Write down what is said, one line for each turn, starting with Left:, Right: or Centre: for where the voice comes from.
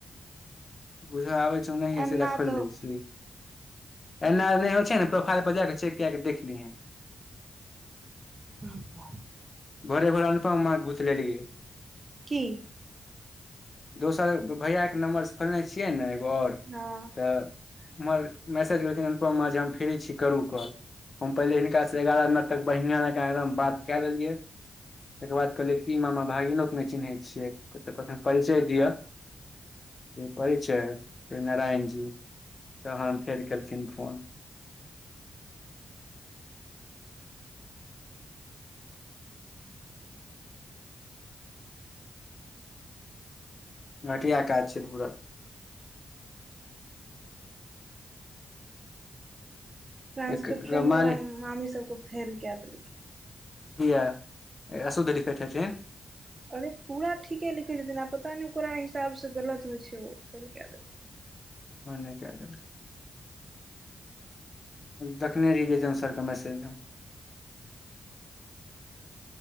Left: बूझा आबै छौ नहिये
Right: एना
Left: सीधा खोल
Right: तऽ
Left: दै छी ऐ मे और नै होय छै न प्रोफाइल पर जाक चेक्क कए के देखलीए है।
Right: ठीक <unintelligible>
Left: भोरे भर ऊपर मार घुतलै ले।
Right: कि।
Left: दोसर भैया के नंम्बरसँ खोलने छियै ने एगो और
Right: हँ
Left: तऽ। मगर मैसेज केलखिन अनुपम माँ जे हम फ्री छी करू कॉल हम पहिले हिनकासे एगारह न तक बढ़िया लका एकदम बात क दियएै। तकर बाद कहलियै ई मामा भागिनोके नहि चिन्हैत छियै कखन परिचय दिअ। परिचय नारायण जी, तहन फेर केलखिन फोन। घटिया काज छै, पूरा।
Right: ट्रान्सक्रिप्शनवला,
Left: एक माल एक
Right: मामी सभकेँ फेल कए देलकै।
Left: किया असुधरीखैत छथि।
Right: अरे पूरा ठीके लिखैत छथिन, आ पता नहि ओकरा हिसाबसँ गलत होइ छै, ओ फेल कए देथि
Left: भाने कऽ देल देखने रहि जेन सरके मैसेज हम।